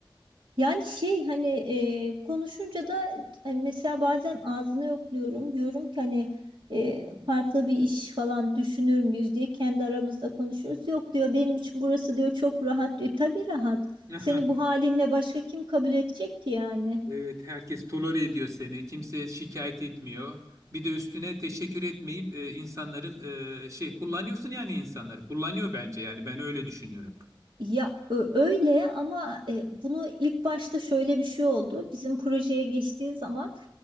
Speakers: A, on the right; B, on the right.
A: Yani şey hani e, konuşunca da hani mesela bazen ağzını yokluyorum. Diyorum ki hani e, farklı bir iş falan düşünür müyüz diye kendi aramızda konuşuyoruz. Yok diyor benim için burası diyor çok rahat diyor. Tabii rahat.
B: Aha,
A: Seni bu halinle başka kim kabul edecek ki yani?
B: Evet, herkes tolere ediyor seni. Kimse şikayet etmiyor. Bir de üstüne teşekkür etmeyip e, insanların e, şey kullanıyorsun yani insanları. Kullanıyor bence yani ben öyle düşünüyorum.
A: Ya ö- öyle ama e, bunu ilk başta şöyle bir şey oldu. Bizim projeye geçtiği zaman